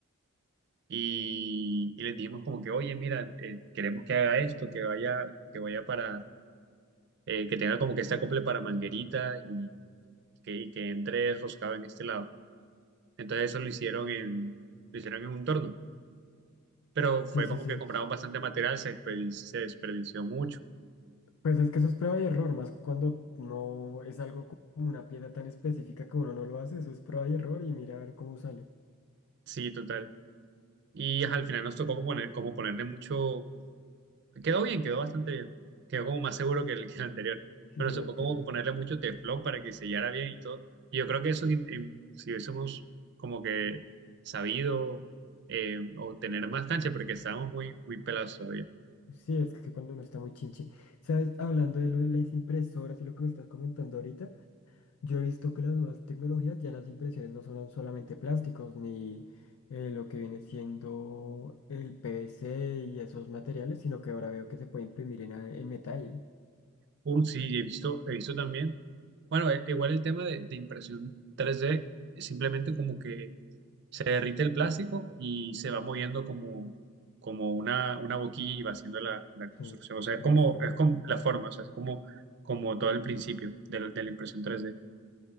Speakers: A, on the right (about 50°); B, on the left (about 80°).
A: y, y les dijimos como que, oye, mira, eh, queremos que haga esto, que vaya, que vaya para, eh, que tenga como que este acople para manguerita y que, y que entre roscado en este lado. Entonces eso lo hicieron en, lo hicieron en un torno, pero fue
B: Sí, sí,
A: como
B: sí.
A: que compramos bastante material, se, desperdi- se desperdició mucho,
B: Pues es que eso es prueba y error, más cuando no es algo como una pieza tan específica que uno no lo hace, eso es prueba y error y mira a ver cómo sale.
A: sí, total. Y ajá, al final nos tocó como poner, como ponerle mucho Quedó bien, quedó bastante bien. Quedó como más seguro que el, que el anterior. Pero
B: Dije
A: nos
B: el
A: tocó
B: anterior.
A: como ponerle mucho teflón para que sellara bien y todo. Y yo creo que eso, en- en- si hubiésemos como que sabido eh, o tener más cancha, porque estábamos muy, muy pelados todavía.
B: Sí, es que cuando uno está muy chinche. Sabes, hablando de lo de las impresoras y lo que me estás comentando ahorita, yo he visto que las nuevas tecnologías ya las impresiones no son solamente plásticos ni eh, lo que viene siendo el PVC y esos materiales, sino que ahora veo que se puede imprimir en, a- en metal,
A: Uh, sí, he visto, he visto también. Bueno, e- igual el tema de, de impresión 3D es simplemente como que se derrite el plástico y se va moviendo como, como una, una boquilla y va haciendo la, la
B: sí,
A: construcción. O sea, es
B: la
A: como,
B: forma.
A: es como la forma, o sea, es como, como todo el principio de, la de la impresión 3D.